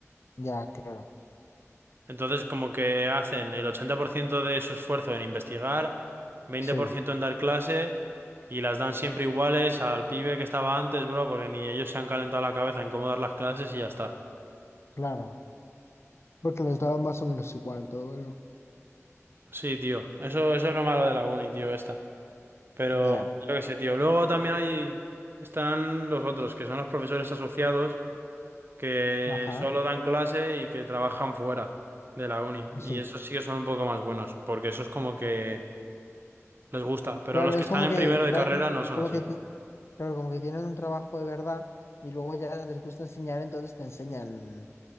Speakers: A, on the left (about 55°); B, on the right (about 45°).
A: Ya, claro.
B: Entonces, como que hacen el 80% de su esfuerzo en investigar, 20%
A: Sí,
B: en dar clase, y las dan siempre iguales al pibe que estaba antes, bro, porque ni ellos se han calentado la cabeza en cómo dar las clases y ya está.
A: claro. Porque les daba más o menos igual todo, ¿no?
B: Sí, tío. Eso, eso es lo malo de la uni, tío, esta. Pero
A: Ya,
B: yo qué sé, tío. Luego también hay, están los otros, que son los profesores asociados, que
A: ajá,
B: solo dan clase y que trabajan fuera de la uni.
A: sí.
B: Y esos sí que son un poco más buenos, porque eso es como que les gusta. Pero
A: Claro,
B: los que
A: es
B: están
A: como
B: en
A: que
B: primero
A: dan,
B: de carrera no son
A: como
B: así.
A: que, ti- claro, como que tienen un trabajo de verdad y luego ya les gusta enseñar, entonces te enseñan,